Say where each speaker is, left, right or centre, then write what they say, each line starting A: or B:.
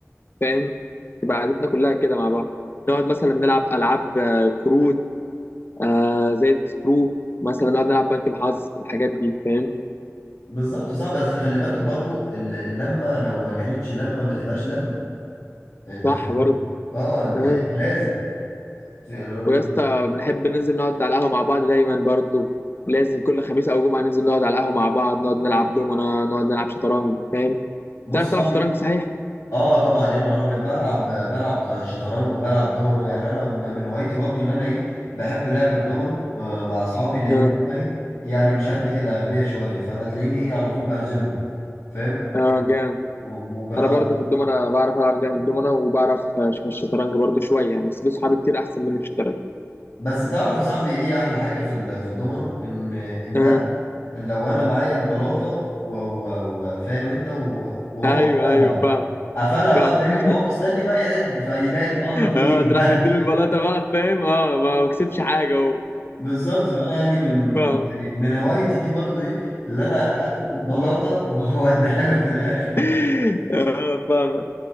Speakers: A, on the left; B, on the left.
A: فاهم تبقى قعدتنا كلها كده مع بعض نقعد مثلا نلعب العاب آه، كروت آه زي سكرو مثلا نقعد نلعب بنك الحظ الحاجات دي فاهم
B: بالظبط صعب اصل خلي بالك برضو ال- اللمة لو ما كانتش لمة ما تبقاش لمة انت
A: صح
B: فاهم
A: برضه
B: اه انت
A: آه.
B: فلازم يعني
A: ويا اسطى بنحب ننزل نقعد على القهوة مع بعض دايما برضو لازم كل خميس أو جمعة ننزل نقعد على القهوة مع بعض نقعد نلعب دومنا نقعد نلعب شطرنج فاهم
B: بص
A: تعرف تلعب
B: صاحبي
A: شطرنج صحيح؟
B: اه طبعا يا نهار ابيض بلعب بلعب شطرنج وبلعب دومينو يعني انا ب- من هوايتي برضو اللي انا ايه بحب لعب الدومينو آه مع اصحابي لان
A: اه
B: هم ايه يعني مش قد كده اغبياء شويه فانا تلاقيني ايه على طول بهزمهم فاهم
A: اه جامد
B: وب- وبالاخر
A: أنا برضو في الدومنا بعرف ألعب جامد دومنا وبعرف آه، في الشطرنج برضو شوية يعني بس في صحابي كتير أحسن مني في الشطرنج
B: بس تعرف يا صاحبي ايه احلى حاجه في ال- في الدومينو ان ان
A: اه
B: انا لو انا معايا البلاطه و- و- وفاهم انت و- وهو
A: أيوه
B: قفلها
A: أيوه
B: بقى
A: فاهم
B: قفلها بقى
A: فاهم
B: فاهمني
A: <laughs>
B: فهو مستني بقى يعد فيلاقي البلاطه في ايدي
A: اه تروح مديله البلاطة
B: <laughs>
A: بقى فاهم اه ما كسبش حاجة و-
B: بالظبط فانا يعني من
A: فاهم
B: يعني من هوايتي دي برضو ايه اللي انا اخد البلاطه <laughs> واديها له في الاخر
A: <laughs> اه فاهم